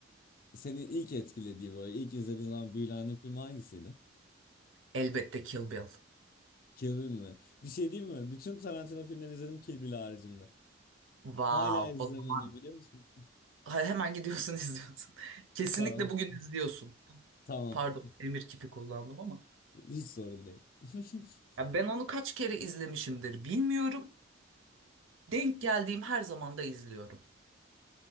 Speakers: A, on the left; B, on the right.
A: seni ilk etkilediği böyle ilk izlediğin zaman büyülendiğin film hangisiydi?
B: Elbette Kill Bill.
A: Kill Bill mi? Bir şey diyeyim mi? Bütün Tarantino filmlerini izledim Kill Bill haricinde.
B: Wow,
A: Hala izlemedim
B: o zaman
A: biliyor musun?
B: Ha, hemen gidiyorsun <laughs> izliyorsun. Kesinlikle
A: Tamam.
B: bugün izliyorsun.
A: Tamam.
B: Pardon, emir kipi kullandım ama.
A: <laughs> Hiç sorun değil. <laughs>
B: Ya ben onu kaç kere izlemişimdir bilmiyorum. Denk geldiğim her zaman da izliyorum.